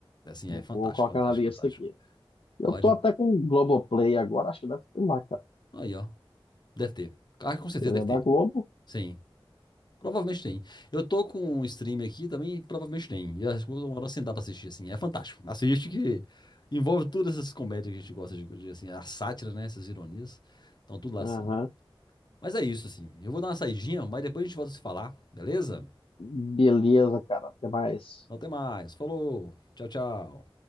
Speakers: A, on the left; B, on the left.
A: Assim,
B: Vou
A: é fantástico,
B: colocar
A: fantástico,
B: na lista
A: fantástico.
B: aqui. Eu
A: Pode.
B: tô até com o Globoplay agora, acho que deve ter lá, cara.
A: Aí, ó. Deve ter. Ah, com certeza
B: Ele
A: deve
B: é da
A: ter.
B: Globo.
A: Sim. Provavelmente tem. Eu tô com um stream aqui também, provavelmente tem. E eu acho que eu vou demorar sentar pra assistir, assim. É fantástico. Assiste que envolve todas essas comédias que a gente gosta de, de, assim, a sátira, né? Essas ironias. Então, tudo lá,
B: Aham.
A: assim. Mas é isso, assim. Eu vou dar uma saidinha, mas depois a gente volta a se falar, beleza?
B: Beleza, cara. Até mais.
A: Então, até mais. Falou. Tchau, tchau.